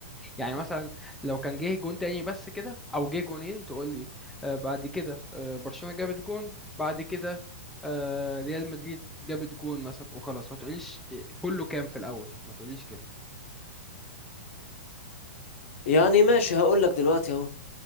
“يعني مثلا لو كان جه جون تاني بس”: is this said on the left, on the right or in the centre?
Centre